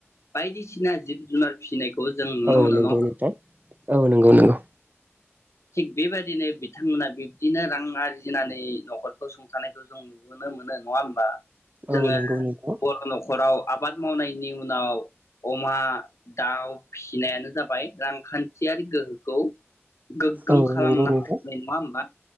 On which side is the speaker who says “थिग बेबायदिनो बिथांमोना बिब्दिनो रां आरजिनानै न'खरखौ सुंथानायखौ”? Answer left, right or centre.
Left